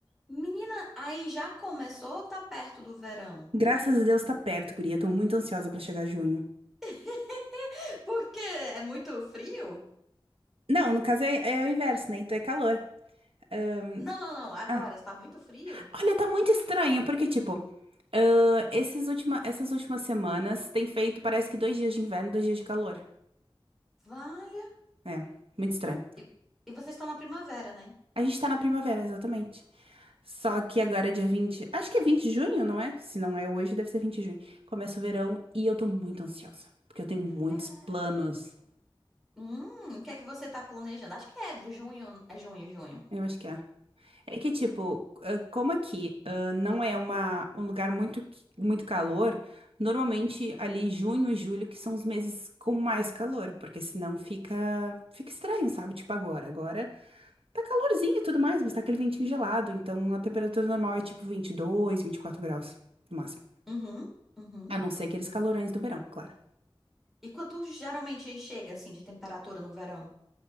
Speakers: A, in the centre; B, on the right.
A: Menina, aí já começou ou tá perto do verão?
B: Graças a Deus tá perto, guria. Tô muito ansiosa pra chegar junho.
A: <laughs> Porque é muito frio?
B: Não, no caso é, é o inverso, né? Então é calor. Ahn,
A: Não, não, não. Agora
B: ah.
A: está muito frio?
B: Olha, tá muito estranho, porque, tipo, ah, esses última, essas últimas semanas tem feito, parece que dois dias de inverno, dois dias de calor.
A: Valha.
B: É, muito estranho.
A: E, e vocês estão na primavera, né?
B: A gente tá na primavera, exatamente. Só que agora é dia vinte Acho que é 20 de junho, não é? Se não é hoje, deve ser 20 de junho. Começa o verão e eu tô muito ansiosa, porque eu tenho muitos
A: É.
B: planos.
A: Hum, o que é que você tá planejando? Acho que é junho, é junho, junho.
B: Eu acho que é. É que, tipo, ah, como aqui, ah, não é uma, um lugar muito, qui- muito calor, normalmente ali junho e julho que são os meses com mais calor, porque senão fica, fica estranho, sabe? Tipo agora. Agora tá calorzinho e tudo mais, mas tá aquele ventinho gelado, então a temperatura normal é tipo vinte vinte e dois vinte e quatro graus, no máximo.
A: Uhum, uhum.
B: A não ser aqueles calorões do verão, claro.
A: E quanto geralmente chega assim de temperatura no verão?